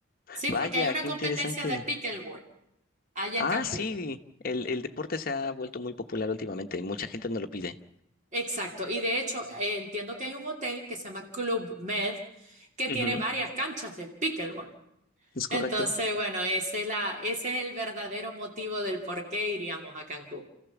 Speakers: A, on the right (about 35°); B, on the left (about 45°).
A: Sí,
B: Vaya,
A: porque hay una
B: qué
A: competencia
B: interesante.
A: de pickleball allá
B: Ah,
A: en Cancún.
B: sí, el, el deporte se ha vuelto muy popular últimamente. Mucha gente no lo pide.
A: Exacto, y de hecho eh, entiendo que hay un hotel que se llama Club Med que
B: Ujú,
A: tiene varias canchas de pickleball.
B: Es correcto.
A: Entonces, bueno, ese es la, ese es el verdadero motivo del por qué iríamos a Cancún.